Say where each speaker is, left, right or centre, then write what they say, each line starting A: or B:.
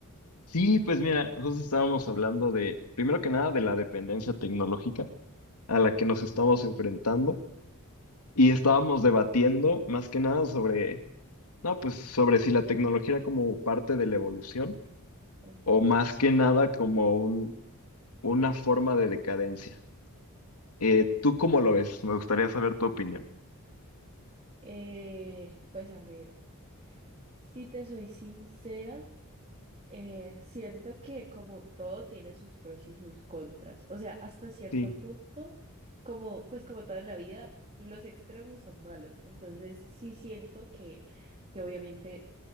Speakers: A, on the left; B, on the right.
A: Sí, pues mira, justo estábamos hablando de, primero que nada, de la dependencia tecnológica a la que nos estamos enfrentando y estábamos debatiendo más que nada sobre, no, pues sobre si la tecnología era como parte de la evolución
B: Ok.
A: o más que nada como un, una forma de decadencia. Eh, ¿tú cómo lo ves? Me gustaría saber tu opinión.
B: Eh, pues a ver, si te soy sincera. Eh, siento que como todo tiene sus pros y sus contras. O sea, hasta cierto
A: Sí. <laughs>
B: punto, como pues como todo en la vida, los extremos son malos. Entonces, sí siento que, que obviamente